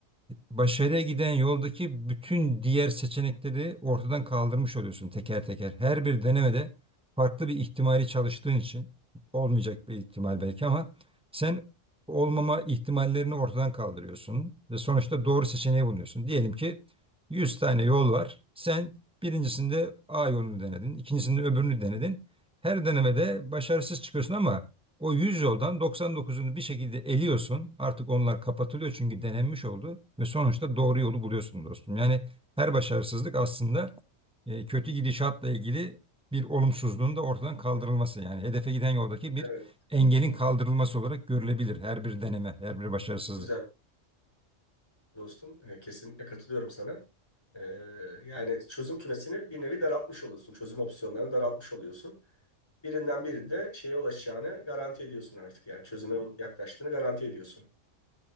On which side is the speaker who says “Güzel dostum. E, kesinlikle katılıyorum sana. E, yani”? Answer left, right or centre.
Left